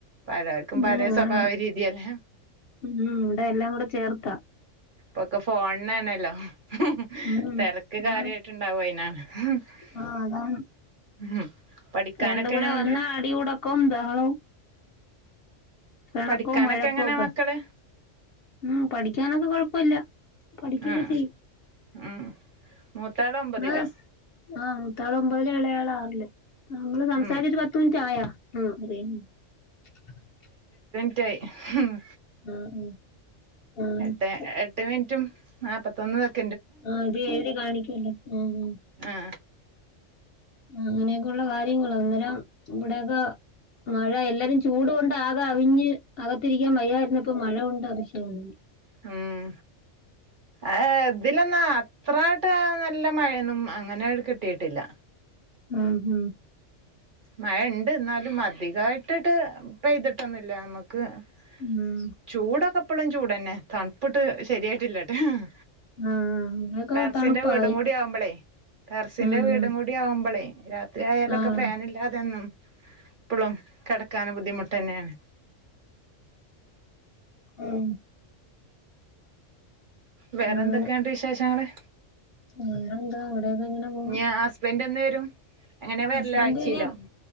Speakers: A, on the right; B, on the left.
A: പലോർക്കും പലേ
B: ഉം
A: സ്വഭാവ
B: ആണ്
A: രീതിയല്ലേ എഹ്
B: ഉം ഇവ്ടെ എല്ലാം കൂടെ ചേർത്താ
A: പ്പൊക്കെ ഫോണെന്നേണല്ലോ <unintelligible>
B: ഉം
A: തിരക്ക് കാര്യായിട്ട്ണ്ടാവും
B: ആണ്
A: അയിനാണ് <unintelligible>
B: ആഹ് അതാണ്
A: പഠിക്കാനൊക്കെ
B: രണ്ടും കൂടെ
A: എങ്ങനെണ്ട്
B: വന്നാ അടി ഉടക്കവും ബഹളവും പെണക്കവും
A: പഠിക്കാനൊക്കെ
B: വഴക്കും
A: എങ്ങനെ
B: ഒക്കാ
A: മക്കള്
B: ഉം പഠിക്കാനൊക്കെ കൊഴപ്പമില്ല പഠിക്കുവൊക്കെ
A: ഉം
B: ചെയ്യും
A: ഉം മൂത്താള് ഒമ്പതിലോ
B: <unintelligible> ആ മുത്താള് ഒമ്പതില് ഇളയാള് ആറില് നമ്മള് സംസാരിച്ചിട്ട്
A: ഉം
B: പത്ത് മിനിറ്റ് ആയാ <unintelligible>
A: റ്റായി ഹ് മ്
B: ആഹ് ഉം ആ
A: എട്ട്
B: ഇട്ട്
A: എട്ട് <unintelligible>
B: ആ ഇത് എഴുതി കാണിക്കു അല്ലോ ആഹ് ആഹ്
A: ആഹ്
B: ആ അങ്ങനെയൊക്കെ ഉള്ള കാര്യങ്ങള് അന്നേരം ഇവിടെയൊക്കാ മഴ എല്ലാരും ചൂട് കൊണ്ട് ആകെ അവിഞ്ഞ് അകത്തിരിക്കാൻ വയ്യായിരുന്നപ്പ മഴ കൊണ്ട് അതിശയവാണ്
A: ഉം ആഹ് ഇതിലെന്നാ അത്രായിട്ട് നല്ല മഴയൊന്നും അങ്ങനെ ടെ കിട്ടിയിട്ടില്ല
B: ഉം ഹും
A: മഴ ഇണ്ട് എന്നാല് <unintelligible> അധികായിട്ടിട്ട് പെയ്തിട്ടൊന്നുല്ല നമ്മക്ക് ക്ക്
B: ഉം
A: ചൂടൊക്കെ ഇപ്പളും ചൂടന്നെ തണുപ്പിട്ട് ശരിയായിട്ടില്ലട്ട ഹ്ഹ്
B: ആഹ് ഇവിടെയൊക്കെ
A: ടെറസ്സിന്റെ
B: തണുപ്പായി
A: വീടും കൂടി ആവുമ്പളേ ടെറസ്സിന്റെ
B: ഉം
A: വീടും
B: ഉം
A: കൂടി ആവുമ്പളെ <unintelligible> ത്രിയായാലൊക്കെ
B: ആഹ്
A: ഫാനിൽ <unintelligible> ഇപ്പളും കെടക്കാന് ബുദ്ധിമുട്ടന്നെയാണ്
B: ങും
A: വേറെന്തൊക്കെണ്ട്
B: അങ്ങനെ
A: വിശേഷങ്ങള്
B: വേറെന്താ ഇവിടേക്കെ ഇങ്ങനെ പോണ്‌
A: ഇനി ഹസ്ബൻഡ് എന്ന് വരും അങ്ങനെ വരല്
B: ഹസ്ബൻഡ്
A: ആഴ്ചയിലോ
B: പിന്നെ